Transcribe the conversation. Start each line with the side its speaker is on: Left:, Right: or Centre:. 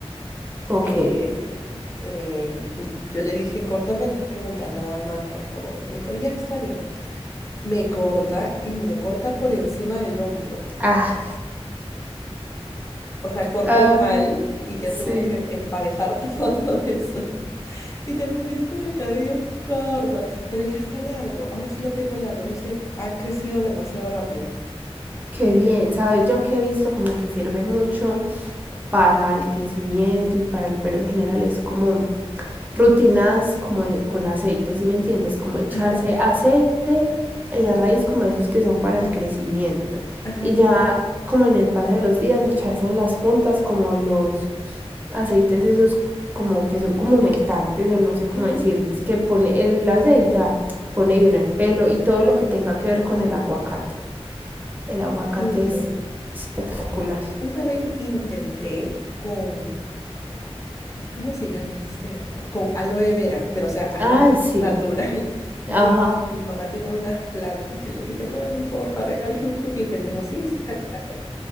Right: Ok.
Left: eh, eh, y yo le dije, córtame las puntas nada más, por favor. Me dijo, ya está bien. Me corta y me lo corta por encima del hombro.
Right: Ah,
Left: O sea, cortó
Right: ay,
Left: mal y ya
Right: sí.
Left: tuvo que emparejar <laughs> todo eso. Y terminé con el cabello corto, pero ya está largo. Ahora sí lo tengo largo, no sé, ha crecido demasiado rápido.
Right: Qué bien, sabes, yo que he visto como que sirve mucho para el crecimiento y para el pelo en general, es como rutinas como de- con aceite, si me entiendes? Como echarse
Left: Ajá,
Right: aceite en la raíz, como esos que son para el crecimiento.
Left: ajá.
Right: Y ya como en el paso de los días, echarse en las puntas como los aceites esos como que son como humectantes o no sé cómo
Left: ujú,
Right: decirles, que pone el aceite, ah, pone bien el pelo y todo lo que tenga que ver con el aguacate. El aguacate
Left: Sí,
Right: es
Left: ¿no?
Right: espectacular.
Left: Una vez intenté con, ay, ¿cómo se llama este de acá? Con aloe vera, pero o sea, aloe
Right: Ay,
Left: vera
Right: sí,
Left: natural. <laughs> Mi,
Right: ajá,
Left: mamá tenía unas plantas y le dije, mami, porfa, regálame un poquito. Y me dijo, sí, sácate".